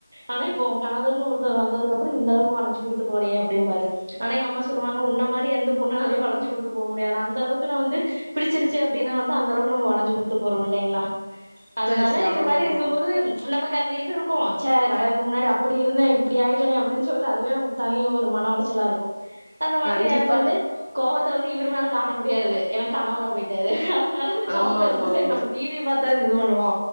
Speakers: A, on the right; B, on the right.
A: ஆனா இப்போ ஓ கணவர்னு ஒருத்தர் வந்ததுக்கு அப்றோ இந்தளவுக்கு வளைஞ்சு குடுத்து போறியே அப்டிம்பாரு ஆனா எங்க அம்மா சொல்லுவாங்க உன்ன மாரி எந்த பொண்ணாலயு வளைஞ்சு குடுத்து போ முடியாதுன் அந்தளவுக்கு நா வந்து பிடிச்சிருச்சு அப்டினா வந்து அந்தளவுக்கு நம்ம வளைஞ்சு குடுத்து போறோ இல்லைங்களா அதனால
B: சேரி சேரி
A: இத
B: ஆமா
A: மாரி
B: ஆமா
A: இருக்கு போது நமக்கு அந்த இதுருக்கு ச்ச கல்யாணதுக்கு முன்னாடி அப்டி இருந்தே இப்டி ஆயிட்டனே அப்டின் சொல்லிட்டு அதுவே நமக்கு தனி ஒரு மன உளச்சலா இருக்கு <inaudible> அந்த மாரி
B: கண்டிப்பா
A: நேரங்கள்ல கோவத்த வந்து இவருமேல காட்ட முடியாது ஏனா கணவரா போய்ட்டாரு னால அந்த கோவத்த
B: ஆமா ஆமா
A: வந்து செரி
B: ஆமா
A: நம்ம டீ வீய பாத் தாது இது பண்ணுவோ